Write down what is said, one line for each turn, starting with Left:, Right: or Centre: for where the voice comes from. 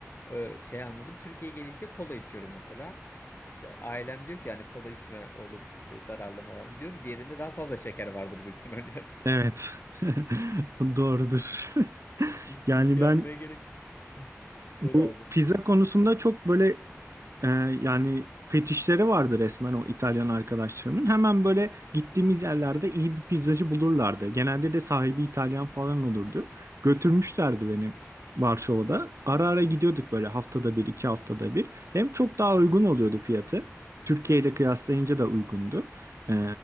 Left: Ee, şey anladım. Türkiye'ye gelince kola içiyorum mesela. İşte ailem diyor ki yani kola içme oğlum işte zararlı mı? Diyorum diğerinde daha fazla şeker vardır büyük ihtimalle. <laughs> yani.
Right: Evet. <laughs> Doğrudur. <laughs>
Left: Hiç,
Right: Yani
Left: hiç şey
Right: ben
Left: yapmaya gerek. Hı. Söyle
Right: bu
Left: abi.
Right: pizza konusunda çok böyle Ee, yani fetişleri vardı resmen o İtalyan arkadaşlarımın. Hemen böyle gittiğimiz yerlerde iyi bir pizzacı bulurlardı. Genelde de sahibi İtalyan falan olurdu. Götürmüşlerdi beni Varşova'da. Ara ara gidiyorduk böyle haftada bir, iki haftada bir. Hem çok daha uygun oluyordu fiyatı. Türkiye ile kıyaslayınca da uygundu. Ee,